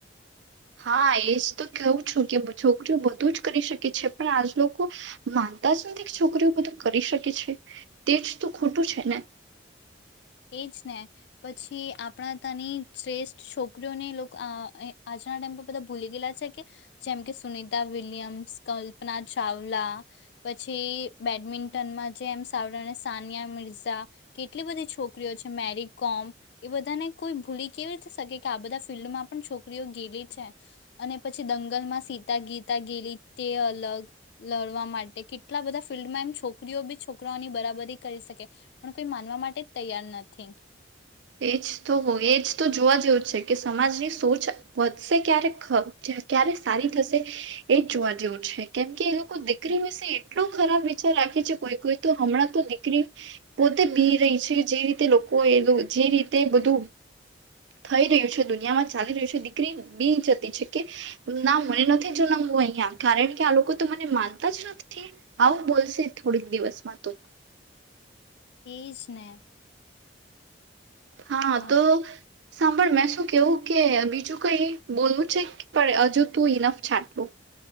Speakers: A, on the right (about 70°); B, on the left (about 60°).
A: હા એજ તો કેવું છું કે છોકરીઓ બધું જ કરી શકે છે પણ આજ લોકો માનતા જ નથી કે છોકરીઓ બધું કરી શકે છે તેજ તો ખોટું છે ને.
B: એજ ને પછી આપણા તની શ્રેષ્ઠ છોકરીઓને લોકો આજના ટાઈમ પર બધા ભૂલી ગયેલા છે કે જેમ કે સુનિતા વિલિયમ્સ કલ્પના ચાવલા પછી બેડમિન્ટનમાં જે એમ સાવળણે સાનિયા મિર્ઝા કેટલી બધી છોકરી છોકરીઓ છે મેરી કોમ એ બધાને કોઈ ભૂલી કેવી શકે કે આ બધા ફિલ્ડમાં પણ છોકરીઓ ગેલી છે અને પછી દંગલમાં સીતા ગીતા ગેલી તે અલગ લડવા માટે કેટલા બધા ફિલ્ડમાં એમ છોકરીઓ બી છોકરાઓની બરાબરી કરી શકે પણ કોઈ માનવા માટે તૈયાર નથી.
A: એજ તો એજ તો જોવા જેવું છે કે સમાજની સોચ વધશે ક્યારે ક્યારે સારી થશે એજ જોવા જેવું છે કેમ કે એ લોકો દીકરી વિશે એટલો ખરાબ વિચાર રાખે છે કોઈ કોઈ તો હમણાં તો દીકરી પોતે બી રહી છે જે રીતે લોકો એ જે રીતે બધું થઈ રહ્યું છે દુનિયામાં ચાલી રહ્યું છે દીકરી બી જતી છે કે ના મને નથી જ નમવું અહિયાં કારણ કે આ લોકો તો મને માનતા જ નથી આવું બોલશે થોડીક દિવસમાં તો.
B: એજ ને.
A: હા
B: અ
A: તો. સાંભળ મેં શું કેવું કે બીજું કઈ બોલવું છે પણ હજુ તું ઈ નફ છાંટવું.